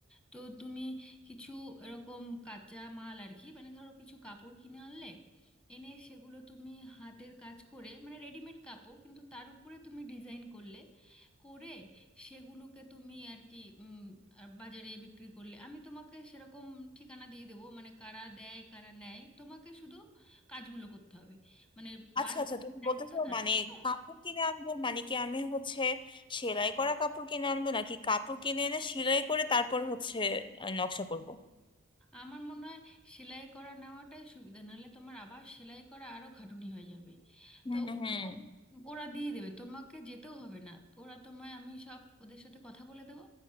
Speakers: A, in the centre; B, on the left.
A: তো তুমি কিছু এরকম কাঁচা মাল আর কি মানে ধরো কিছু কাপড় কিনে আনলে এনে সেগুলো তুমি হাতের কাজ করে মানে রেডিমেড কাপড় কিন্তু তার উপরে তুমি ডিজাইন করলে করে সেগুলোকে তুমি আর কি উম, আর বাজারে বিক্রি করলে আমি তোমাকে সেরকম ঠিকানা দিয়ে দেবো মানে কারা দেয় কারা নেয় তোমাকে শুধু কাজগুলো করতে হবে মানে
B: আচ্ছা
A: বাদ
B: আচ্ছা তুমি
A: দায়িত্ব
B: বলতেছো
A: তারা
B: মানে
A: বুঝলে
B: কাপড় কিনে আনবো মানে কি আমি হচ্ছে সেলাই করা কাপড় কিনে আনবো নাকি কাপড় কিনে এনে সেলাই করে তারপর হচ্ছে আহ, নকশা করব
A: আমার মনে হয় সেলাই করা নেওয়াটাই সুবিধা নাহলে তোমার আবার সেলাই করা আরো খাটুনি হয়ে যাবে
B: হুম
A: তো
B: হুম
A: ওরকম ওরা দিয়ে দেবে তোমাকে যেতেও হবে না ওরা তোমায় আমি সব ওদের সাথে কথা বলে দেবো